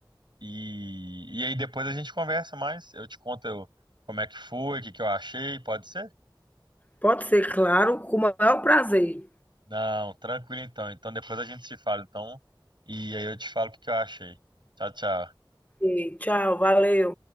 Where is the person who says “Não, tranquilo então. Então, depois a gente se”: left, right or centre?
Right